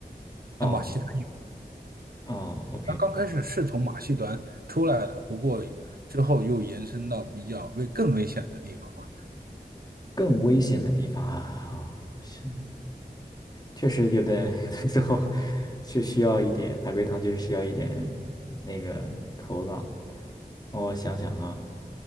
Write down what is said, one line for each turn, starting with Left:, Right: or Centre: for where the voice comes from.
Left: 哦
Right: 在马戏团有，
Left: 哦，OK，
Right: 它刚开始是从马戏团出来的，不过之后又延伸到比较危更危险的地方了。
Left: 更危险的地方啊，哦是确实有的 <laughs> 有的时候是需要一点海龟汤，就是需要一点那个头脑。哦我想想啊，